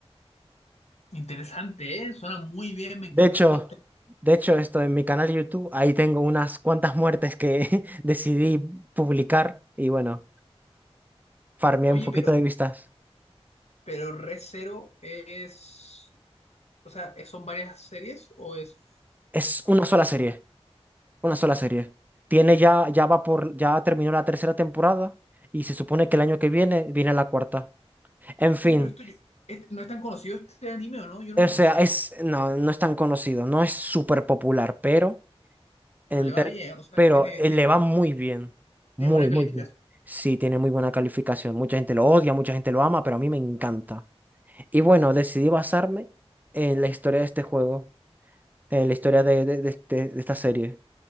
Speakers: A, on the left; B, on the right.
A: Interesante, ¿eh? Suena muy bien, me encantó
B: De hecho,
A: el plot twist.
B: de hecho, esto en mi canal de YouTube, ahí tengo unas cuantas muertes que <laughs> decidí publicar y bueno, farmeé
A: Oye,
B: un poquito
A: pero,
B: de vistas.
A: pero Re Zero es, o sea, ¿es- ¿son varias series o es...
B: Es
A: como-
B: una sola serie, una sola serie. Tiene ya, ya va por, ya terminó la tercera temporada y se supone que el año que viene viene la cuarta. En fin.
A: Oye, pero esto, yo- este- no es tan conocido este anime, ¿o no? Yo no
B: O
A: lo
B: sea,
A: conocía,
B: es, no, no es tan conocido, no es súper popular, pero,
A: pero
B: en
A: le va
B: ter-
A: bien, o sea,
B: pero
A: tiene,
B: eh,
A: tiene,
B: le va muy bien.
A: tiene
B: Muy,
A: buena calificación.
B: muy bien. Sí, tiene muy buena calificación. Mucha gente lo odia, mucha gente lo ama, pero a mí me encanta. Y bueno, decidí basarme en la historia de este juego, en la historia de, de- de este- de esta serie.